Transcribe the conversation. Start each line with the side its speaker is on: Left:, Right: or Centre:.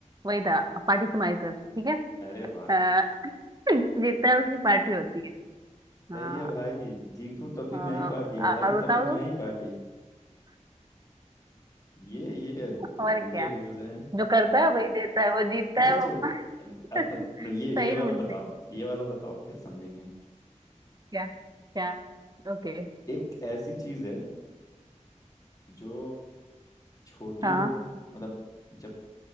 Right: वही था पार्टी तुम्हारी तरफ से ठीक है
Left: अरे वाह
Right: अ, <laughs> जीतता है उसकी पार्टी होती है
Left: सही
Right: हाँ
Left: है भाई जीतूं तब भी
Right: अ,
Left: मैं ही पार्टी हारूं
Right: और बताओ
Left: तब भी
Right: तुम
Left: मैं ही पार्टी ये ये उ-
Right: और
Left: उल्टे
Right: क्या
Left: रूल्स हैं
Right: जो करता है वही देता है वो जीतता
Left: अच्छा
Right: है
Left: चलो
Right: वो
Left: अब
Right: <laughs>
Left: अब ये ये
Right: सही
Left: वाला
Right: रूल
Left: बताओ
Right: है
Left: ये वाला बताओ फिर समझेंगे
Right: क्या क्या ओके
Left: एक ऐसी चीज है जो छोटी
Right: हाँ
Left: हो मतलब जब